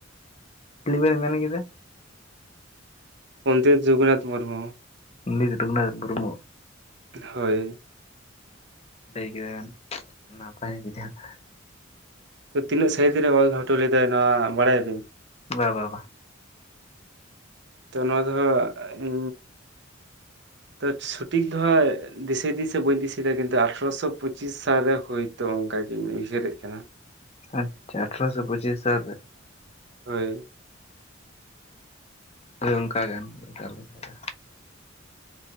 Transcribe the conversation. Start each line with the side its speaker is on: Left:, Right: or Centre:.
Left: ᱪᱤᱞᱤ ᱵᱮᱱ ᱢᱮᱱ ᱠᱮᱫᱟ?
Right: ᱯᱚᱸᱱᱰᱤᱛ ᱨᱚᱜᱷᱩᱱᱟᱛᱷ ᱢᱩᱨᱢᱩ᱾
Left: <unintelligible>
Right: ᱦᱳᱭ
Left: ᱞᱟᱹᱭ ᱠᱮᱫᱟ ᱵᱮᱱ ᱱᱟᱯᱟᱭ <unintelligible>
Right: ᱛᱚ ᱛᱤᱱᱟᱹᱜ ᱥᱟᱦᱤᱫ ᱨᱮ ᱚᱞ ᱦᱚᱴᱚ ᱞᱮᱫᱟ ᱱᱚᱣᱟ ᱵᱟᱲᱟᱭ ᱟᱵᱤᱱ
Left: ᱵᱟ ᱵᱟ ᱵᱟ
Right: ᱛᱚ ᱱᱚᱣᱟ ᱫᱚ ᱦᱟᱜ ᱦᱩ
Left: <inaudible>
Right: ᱛᱚ ᱥᱩᱴᱷᱤᱠ ᱫᱚ ᱦᱟᱜ ᱫᱤᱥᱟᱹᱭ ᱥᱮ ᱵᱟᱝ ᱫᱤᱥᱟᱹᱭ ᱫᱟ ᱠᱤᱱᱛᱩ ᱟᱴᱷᱮᱨᱚᱥᱚ ᱯᱩᱪᱤᱥ ᱥᱟᱞ ᱨᱮ ᱦᱩᱭ ᱛᱚ ᱚᱱᱠᱟ ᱜᱤᱧ ᱩᱭᱦᱟᱹᱨ ᱮᱫ ᱠᱟᱱᱟ᱾
Left: ᱟᱪᱪᱷᱟ ᱟᱴᱷᱨᱚᱥᱚ ᱥᱮ ᱯᱚᱪᱤᱥ ᱥᱟᱞ ᱨᱮ?
Right: ᱦᱳᱭ
Left: ᱦᱳᱭ ᱚᱱᱠᱟ ᱜᱟᱱ ᱜᱮ ᱛᱟᱦᱚᱞᱮ ᱠᱷᱟᱱ ᱫᱚ